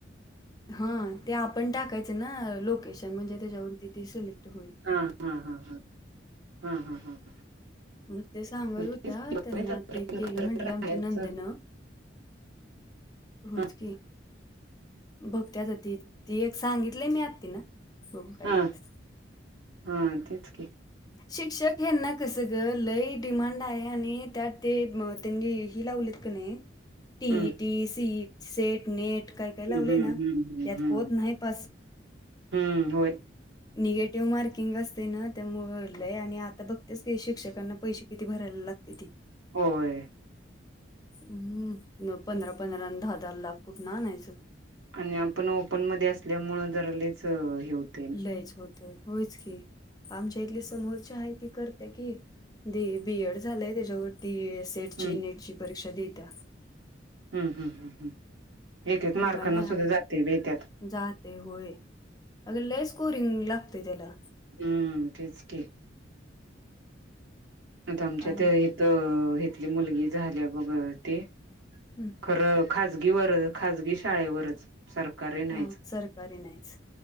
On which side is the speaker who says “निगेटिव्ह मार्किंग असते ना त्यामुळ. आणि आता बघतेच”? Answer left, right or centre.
Left